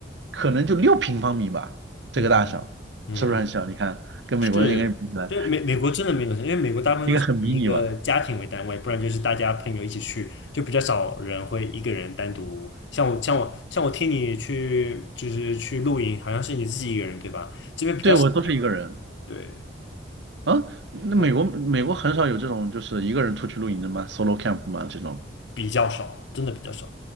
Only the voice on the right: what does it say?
可能就六平方米吧，这个大小是不是很小？
你看跟美国人应该比起来。
应该很迷你吧？
对，我都是一个人
啊。那美国美国很少有这种就是一个人出去露营的吗？Solo
camp 吗？这种？